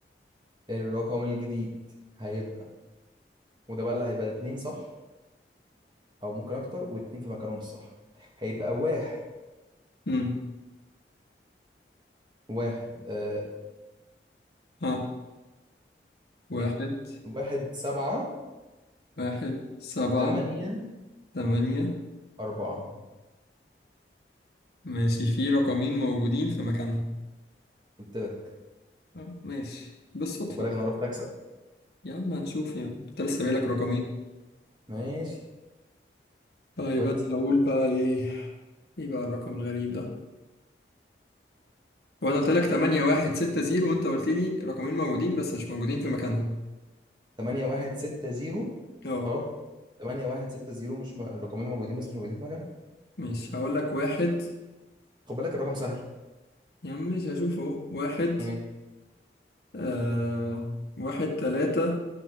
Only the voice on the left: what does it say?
امم
ها واحد
واحد سبعة
تمانية
ماشي في رقمين موجودين في مكانهم
آه، ماشي بالصدفة
كده.
يا عم هنشوف يا عم انت لسه بايلك رقمين
طيب
انا هقول بقى ايه ايه بقى الرقم الغريب ده وانا قلت لك 8 1 6 0 وانت قلت لي رقمين موجودين بس مش موجودين في مكانهم
اه
ماشي هقول لك واحد
يا عم مش هشوف اهو واحد
آه واحد تلاتة